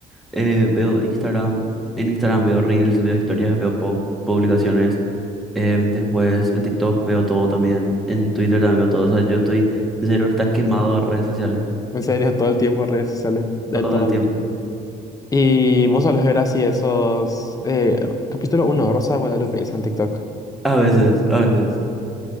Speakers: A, in the centre; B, on the left.
A: eh, veo Instagram, en Instagram veo Reels, veo historias, veo pub- publicaciones. em, después en TikTok veo todo también, en Twitter también veo todo. O sea, yo estoy, mi cerebro está quemado de redes sociales
B: En serio, todo el tiempo redes sociales, de
A: todo
B: todo.
A: el tiempo.
B: Y vos solés ver así esos... Eh, capítulo 1, Rosa de Guadalupe, hizo en TikTok.
A: A veces, a veces.